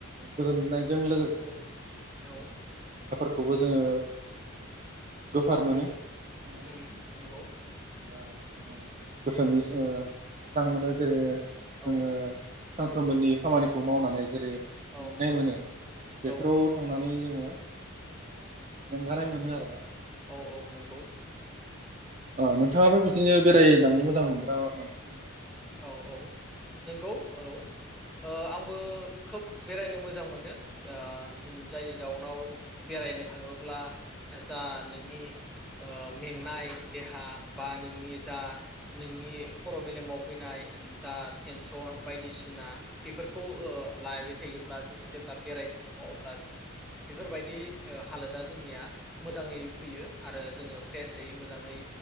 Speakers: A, on the right; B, in the centre.
A: गोजोननायजों लोगोसे
B: औ
A: खौबो जोङो ओ गोफार
B: औ
A: मोनो थांनानै
B: ओम नंगौ
A: <unintelligible> गोसोनि ओ स्रां मोनो जेरै ओ
B: औ
A: जोङो सानफ्रोमबोनि खामानिखौ मावनानै जेरै
B: औ
A: मेंनाय मोनो बेफोराव
B: औ
A: थांनानै आङो ओ मेंगानाय मोनो आरोना
B: औ औ नंगौ
A: अ नोंथाङाबो बिदिनो बेरायनानै मोजां मोनग्रा मानसि मोनदां
B: औ औ नंगौ औ ओ आंबो खोब बेरायनो मोजां मोनो ओ जायनि जाउनाव बेरायनो थाङोब्ला जा नोंनि ओ मेंनाय देहा बा नोंनि जा नोंनि खर मेलेमाव फैनाय जा टेनसन बायदिसिना बेफोरखौ ओ लायबाय थायोब्ला जोङो जेब्ला बेरायनो थाङो अब्ला जों बेफोरबायदि हालोदा जोंनिया मोजाङै फैयो आरो जोङो फ्रेसयै मोजाङै